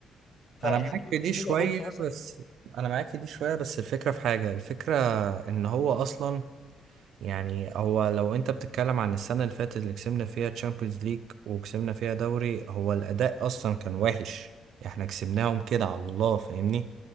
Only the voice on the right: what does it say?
أنا معاك
في دي
شوية
بس أنا معاك في دي شوية بس الفكرة في حاجة الفكرة إن هو أصلا يعني هو لو انت بتتكلم عن السنة اللي فاتت اللي كسبنا فيها تشامبيونز ليج وكسبنا فيها دوري هو الأداء أصلا كان وحش احنا كسبناهم كده على الله فاهمني